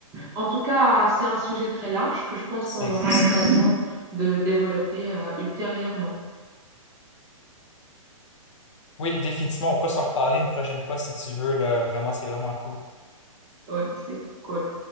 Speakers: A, on the right; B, on the left.
A: En tout cas, c'est un sujet très large que je pense
B: c'est,
A: qu'on aura
B: c'est-
A: l'occasion de développer euh, ultérieurement.
B: oui, définitivement. On pourra s'en reparler une prochaine fois si tu veux, là. Vraiment, c'est vraiment cool.
A: Oui, c'est cool.